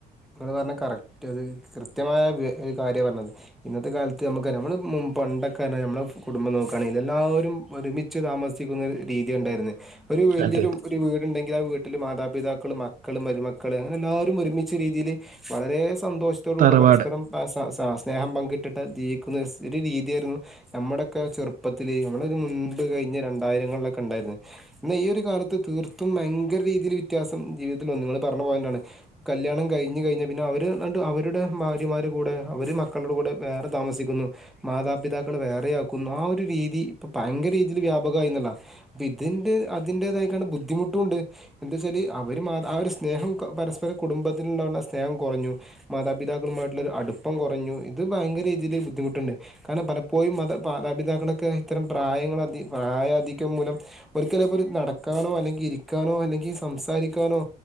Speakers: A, in the centre; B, on the right (about 50°).
A: ഇങ്ങള് പറഞ്ഞ കറക്റ്റ് അത് കൃത്യമായ ഒര് കാര്യാ പറഞ്ഞത് ഇന്നത്തെ കാലത്ത് നമുക്കറിയ നമ്മള് പണ്ടൊക്കെ പറഞ്ഞാ നമ്മളെ കുടുംബം നോക്കാണേല് എല്ലാവരും ഒരുമി ച്ച് താമസിക്കുന്ന ഒര് രീതി ഇണ്ടായിര്ന്നെ ഒരു വലിയൊരു
B: അതെ അതെ
A: ഒരു വീട്ണ്ടെങ്കി ആ വീട്ടില് മാതാപിതാക്കള് മക്കളും മരുമക്കൾ അങ്ങനെ എല്ലാവരും ഒരുമിച്ച് രീതീല് വളരെ സന്തോഷത്തോട്
B: തറവാട്
A: കൂടെ പരസ്പരം സ സ സ്നേഹം പങ്കിട്ടിട്ട് ജീവിക്കുന്ന ഒര് രീതിയായിരുന്നു നമ്മുടെക്കെ ചെറുപ്പത്തില് നമ്മളൊര് മുൻപ് കഴിഞ്ഞ രണ്ടായിരങ്ങളിലൊക്കെ ഇണ്ടായിരുന്നു എന്നാ ഈ ഒരു കാലത്ത് തീർത്തും ഭയങ്കര രീതിയിൽ വ്യത്യാസം ജീവിതത്തില് വന്നു ഇങ്ങള് പറഞ്ഞ പോയന്റാണ് കല്യാണം കഴിഞ്ഞ് കഴിഞ്ഞാ പിന്നെ അവര് ഇന്നെട്ട് അവര്ടെ ഭാര്യമാരുടെ കൂടെ അവര് മക്കളുടെ കൂടെ വേറെ താമസിക്കുന്നു മാതാപിതാക്കൾ വേറെയാക്കുന്നു ആ ഒരു രീതി ഇപ്പൊ ഭയങ്കര രീതീല് വ്യാപകായിന്ന്ള്ളാ ഇതിന്റെ അതിന്റേതായിക്കാണ്ട് ബുദ്ധിമുട്ടുണ്ട് എന്താച്ചാല് അവര് മാ ആ ഒരു സ്നേഹം പരസ്പരം കുടുംബത്തില്ണ്ടാവ്ന്ന സ്നേഹം കൊറഞ്ഞു മാതാപിതാക്കളുമായിട്ടുള്ളൊരു അടുപ്പം കുറഞ്ഞു ഇത് ഭയങ്കര രീതിയില് ബുദ്ധിമുട്ട്ണ്ട് കാര്ണം പലപ്പോഴും മത മാതാപിതാക്കളൊക്കെ ഇത്തരം പ്രായങ്ങൾ അധി പ്രായ അധികം മൂലം ഒരിക്കലപ്പൊ നടക്കാനോ അല്ലെങ്കി ഇരിക്കാനോ അല്ലെങ്കി സംസാരിക്കാനോ